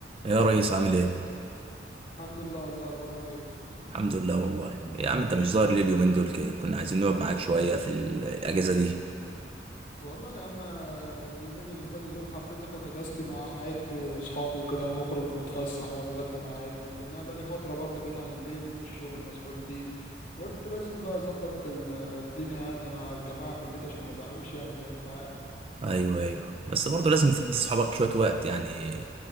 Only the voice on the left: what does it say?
الحمد لله والله اخبارك ايه
والله يا عم اليومين اللي فاتوا دول حبيت اخد اجازتي مع عيلتي واصحابي وكده ونخرج ونتفسح واتغدى مع عيلتي لان انا بقالي فتره برضو بعيد عن البيت في الشغل مسحول فيه فقلت لازم بقى اظبط ال- آه، الدنيا يعني مع الجماعه في البيت عشان ما يزعلوش يعني زي ما انت عارف